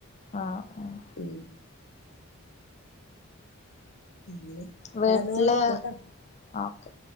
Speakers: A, on the left (about 30°); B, on the left (about 80°).
A: ആഹ് ആഹ്
B: ഉം അങ്ങനെ
A: വീട്ടില്
B: എടാ എന്നാ ഞാൻ വിളിക്കാട്ടോ
A: ഓക്കെ